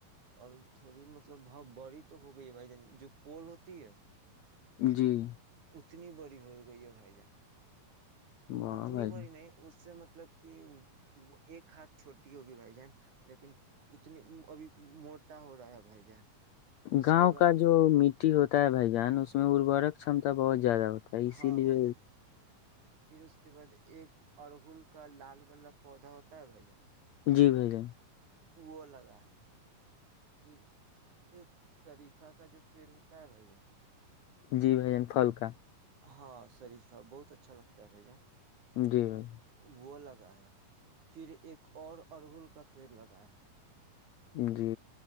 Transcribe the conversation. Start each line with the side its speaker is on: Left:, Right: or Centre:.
Right: اور تھوڑی مطلب ہاں بڑی تو ہو گئی ہے بھائی جان جو پول ہوتی ہے
Left: جی <unintelligible>
Right: اتنی بڑی ہو گئی ہے بھائی جان
Left: واہ
Right: اتنی
Left: بھائی
Right: بڑی
Left: جان
Right: نہیں اس سے مت مطلب کہ ایک ہاتھ چھوٹیی ہوگی بھائی جان لیکن اتنی ابھی موٹا ہو رہا ہے بھائی جان اس
Left: گاؤں
Right: کے بعد
Left: کا جو م ہوتا ہے بھائی جان اس اس میں ارورک چمتا بہت زیادہ ہوتا ہے اسی
Right: ہاں
Left: لیے
Right: بھائی جان پھر اس کے بعد ایک ارہل کا لال والا پودا ہوتا ہے بھائی جان
Left: جی بھ جان
Right: وہ لگا ہے پھر ایک شریفہ کا جو پیڑ ہوتا ہے بھیا
Left: جی بھ جان پھل کاا
Right: ہاں شریفہ بہت اچھا لگتا ہے بھائی جان
Left: جی بائی
Right: وہ لگا ہے پھر ایک اور ارہل کا پیڑ لگا ہے
Left: جی